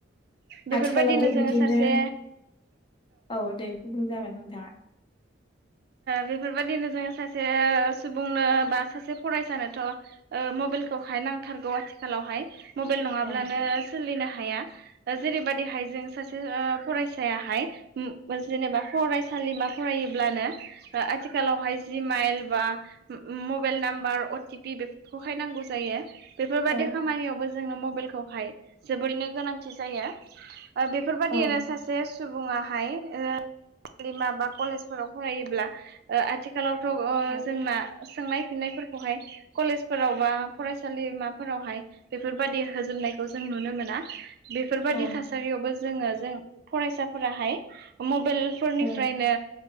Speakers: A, on the right; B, on the left.
A: बेफोरबायदिनो
B: आथिखालावथ'
A: जोङो
B: बिदिनो
A: सासे
B: औ दे गुबुन जागोन नोंथाङा
A: बेफोरबायदिनो जोङो सासे सुबुंनो बा सासे फरायसानोथ' मबाइलखौहाय नांथारगौ आथिखालावहाय मबाइल नङाब्लानो
B: औ
A: सोलिनो हाया? जेरैबादिहाय जों सासे फरायसायाहाय जेनेबा फरायसालिमा फरायोब्लानो आथिखालावहाय जि माइल बा मबाइल नाम्बार अटिपि बेफोरखौहाय नांगौ जायो बेफोरबायाददि
B: औ
A: खामानियावबो जोंनो मबाइलखौहाय जोबोरैनो गोनांथि जायो बेफोरबायदियनो
B: औ
A: सासे जे सुबुङाहाय फलिमा बा कलेजफोराव फरायोब्ला आथिखालावथ'
B: औ
A: जोंना सोंनाय फिननायफोरखौ खौहाय कलेजफोराव बा फरायसालिमाफोरावहाय बेफोरबादि होजोबनायखौ जों नुनो मोना। बेफोरबादि
B: औ
A: थासारियावबो जोङो जों फरायसाफोराहाय मबाइल फोरनिफ्रायनो
B: औ